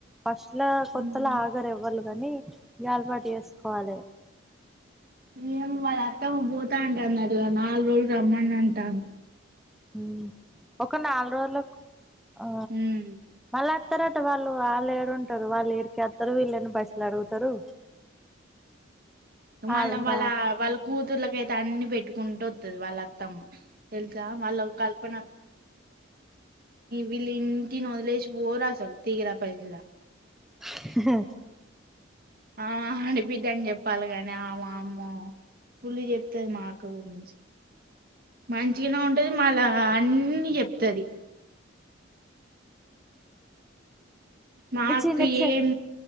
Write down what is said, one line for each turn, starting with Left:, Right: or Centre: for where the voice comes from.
Centre: ఫస్ట్ల కొత్తలా
Right: ఉమ్.
Centre: ఆగరు ఎవ్వలు. కాని అలావాటు చేసుకోవాలి.
Right: ఏమో వాళ్ళ అత్తమ్మా పోతా అంటుంది కదా నాలుగు రోజులు రమ్మని అంటాది.
Centre: హ్మ్ ఒక నాలుగు రోజులకు ఆ
Right: ఉమ్
Centre: మళ్ళా అస్తారట వాళ్ళు వాళ్ళేడుంటారు. వాళ్ళు ఈడికే వత్తారు. వీళ్ళని పైసలు అడుగుతారు.
Right: మళ్ళ
Centre: ఆడున్న
Right: వాళ వాళ్ళ కూతుర్లకైతే అన్ని పెట్టుకు ఉంటే వత్తది వాళ్ళ అత్తమ్మ తెల్స ఆ వాల్ కల్పన వీళ్ళు ఇంటిని వదిలేసి పోరు అస్సలు <unintelligible>
Centre: హ
Right: ఆమె ఆడి బిడ్డకు చెప్పాలి. కాని ఆ వామ్మో పుల్ చెప్తది. మా అక్క గురించి మంచిగానే ఉంటది. మళ్ళా అన్ని చెప్తది. మా
Centre: మీ
Right: అక్క
Centre: చిన్న చె
Right: ఏం